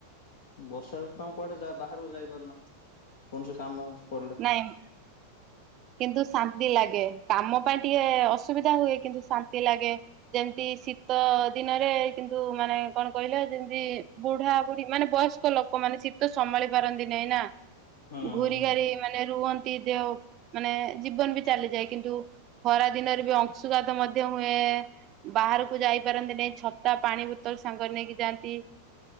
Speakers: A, on the left (about 65°); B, on the right (about 40°).
A: ବର୍ଷା ଋତୁ ଆମେ ଜା କୁଆଡେ ବାହାରକୁ ଯାଇପାରୁନା, କୌଣସି କାମ ପ
B: ଟାଇମ୍ କିନ୍ତୁ ଶାନ୍ତି ଲାଗେ, କାମ ପାଇଁ ଟିକେ ଅସୁବିଧା ହୁଏ କିନ୍ତୁ ଶାନ୍ତି ଲାଗେ। ଯେମତି ଶୀତ ଦିନରେ କିନ୍ତୁ ମାନେ କଣ କହିଲେ ଯେମତି ବୁଢା ବୁଢୀ ମାନେ ବୟସ୍କ ଲୋକମାନୋନେ ଶୀତ ସମ୍ଭାଳି ପାରନ୍ତି ନାହିଁ ନା,
A: ହଁ
B: ଘୁରି
A: ହଁ ହଁ
B: ଘାରି ମାନେ ରୁହନ୍ତି ଦେହ ମାନେ ଜୀବନ ବି ଚାଲିଯାଏ କିନ୍ତୁ ଖରା ଦିନରେ ବି ଅଂଶୁଘାତ ମଧ୍ୟ ହୁଏ। ବାହାରକୁ ଯାଇ ପାରନ୍ତି ନାହିଁ। ଛତା ପାଣି ବୋତଲ ସାଙ୍ଗରେ ନେଇକି ଯାଆନ୍ତି।